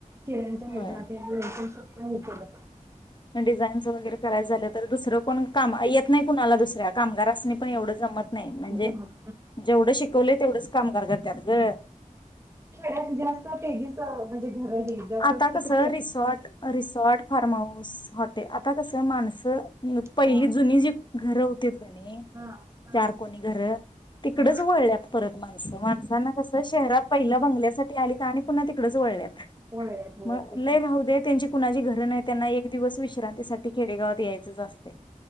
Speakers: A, on the right (about 20°); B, on the left (about 35°).
A: चिऱ्यांच्या म
B: होय
A: नाही केलं
B: डिझाईन वगैरे करायच झालं तर दुसरं कोण काम येत नाही कुणाला दुसऱ्या कामगारासनी पण एवढं जमत नाही म्हणजे
A: जमत पण
B: जेवढं शिकवले तेवढंच कामगार कर त्यात ग
A: पण जास्त तेजीच घर हे जा अस
B: आता
A: तिक
B: कसं
A: ते
B: resort resort farm house hotel आता कसं माणसं पहिली
A: हा
B: जुनी जी घरं होतीत क नाही
A: हा हा
B: चारकोणी घरं <unintelligible> तिकडच
A: हा
B: वळल्यात परत माणसं. माणसांना कसं शहरात पहिल बंगल्यासाठी आली तर आणि पुन्हा तिकडच वळल्यात.
A: वळल्यात
B: <unintelligible>
A: होय
B: म
A: ते पण
B: लय
A: हाय
B: राहू दे त्यांची कुणाची घ <inaudible> त्यांना एक दिवस विश्रांतीसाठी खेडेगावात यायचच असतय.